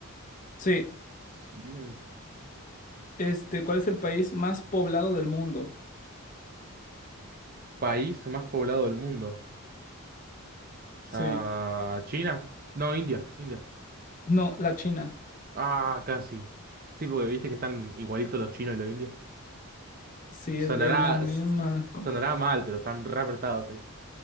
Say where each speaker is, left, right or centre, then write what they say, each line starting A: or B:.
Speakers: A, on the left; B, on the right.
A: Sí.
B: Bien.
A: Este, ¿cuál es el país más poblado del mundo?
B: País más poblado del mundo.
A: Sí.
B: Ya. ¿China? No, India. India.
A: No, la China.
B: Ah, casi. Sí, Sí, porque viste que están igualitos los chinos y los indios.
A: Sí,
B: Sonará,
A: es, es la misma.
B: s- sonará mal, pero están re apretados ahí.